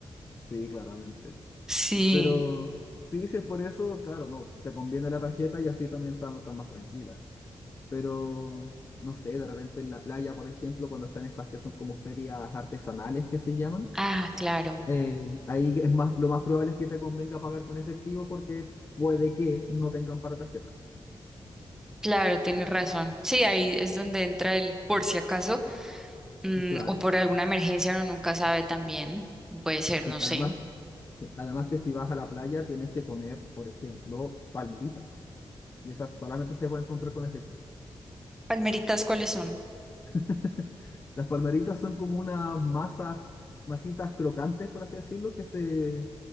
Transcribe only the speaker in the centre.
sí.
Ah, claro.
Claro, tienes razón. Sí, ahí es donde entra el por si acaso, mm,
o por alguna emergencia, uno nunca sabe también. Puede ser,
no sé.
Palmeritas, ¿cuáles son?